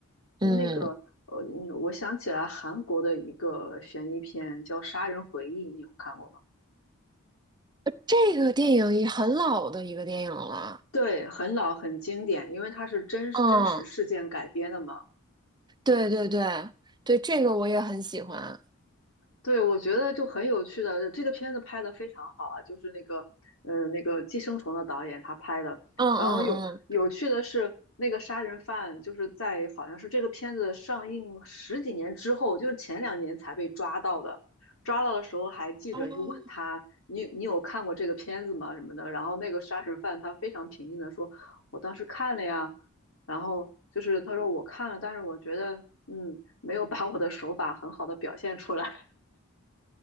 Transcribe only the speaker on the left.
哎，
那个呃，你我想起来韩国的一个悬疑片叫《杀人回忆》，你有看过吗？
对，很老很经典，因为它是真真实事件改编的嘛。
对，我觉得就很有趣的，这个片子拍的非常好啊，就是那个，呃，那个《寄生虫》的导演他拍的。
然后有有趣的是，那个杀人犯就是在好像是这个片子上映十几年之后，就是前两年才被抓到的。抓到的时候还记者就问他，
你你有看过这个片子吗？什么的。然后那个杀人犯他非常平静的说，我当时看了呀。然后就是他说我看了，但是我觉得嗯没有把我的手法很好的表现出来。